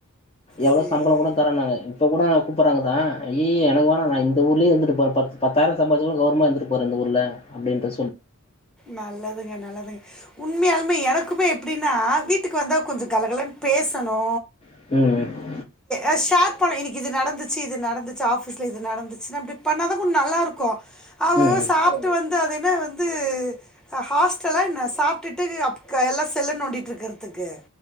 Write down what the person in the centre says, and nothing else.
சேரி
நல்லதுங்க நல்லதுங்க உண்மையாலுமே எனக்குமே எப்டின்னா வீட்டுக்கு வந்தா கொஞ்சோ கலகலன் பேசணு
அ ஷேர் பண்ணு இன்னிக்கு இது நடந்துச்சு இது நடந்துச்சு ஆஃபீஸ்ல இது நடந்துச்சு அப்டி பண்ணாதா கொஞ் நல்லாருக்கு அவ
அவ
சாப்ட்டு வந்து அது என்ன வந்து அ ஹாஸ் டல்லா என்ன சாப்ட்டுட்டு அப் எல்லா செல்ல நோண்டிட்ருக்கறதுக்கு